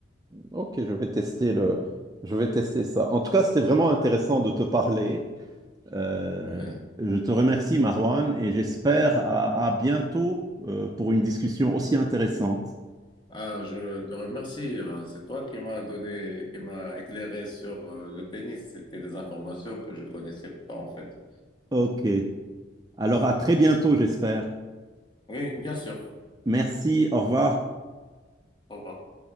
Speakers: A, on the right (about 20°); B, on the left (about 25°).
A: Ok, je vais tester le, je vais tester ça. En tout cas, c'était vraiment intéressant de te parler. Euh,
B: Ouais.
A: je te remercie, Marwan, et j'espère à, à bientôt euh, pour une discussion aussi intéressante.
B: Ah, je te remercie. Ben, C'est toi qui m'as donné, qui m'a éclairé sur euh, le tennis. C'était des informations que je connaissais pas, en fait.
A: Ok. Alors à très bientôt, j'espère.
B: Oui, bien sûr.
A: Merci, au revoir.
B: Au revoir.